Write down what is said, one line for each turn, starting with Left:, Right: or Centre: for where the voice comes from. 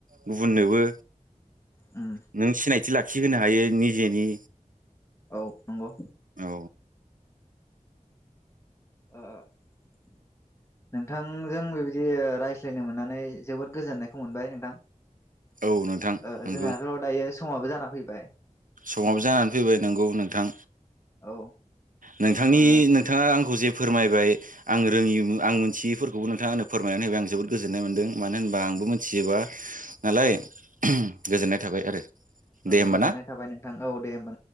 Right: गुबुननोबो
Left: उम
Right: <inaudible> नों सिनायथि लाख खिहोनो हायो निजेनि।
Left: औ नंगौ।
Right: औ
Left: ओ <inaudible> नोंथांजों बेबायदि रायज्लायनो मोननानै जोबोद गोजोननायखौ मोनबाय नोंथां।
Right: औ नोंथां
Left: ओ
Right: नंगौ
Left: जोंहाथ' दायो समाबो जाना फै बाय।
Right: समाबो जानानै फैबाय नोंगौ नोंथां।
Left: औ ओ
Right: नोंथांनि
Left: औ
Right: नोंथाङा आंखौ जे फोरमायबाय आं रोङि आं मिथियिफोरखौबो नोंथां आनो फोरमायनानै होबाय आं जोबोद गोजोननाय मोन्दों। मानो होनबा आंबो मिथिजोबा नालाय। ओहोमक्षगोजोननाय थाबाय आरो। दे
Left: औ
Right: होमबा
Left: गोजोननाय
Right: ना।
Left: थाबाय नोंथां औ दे होमबाना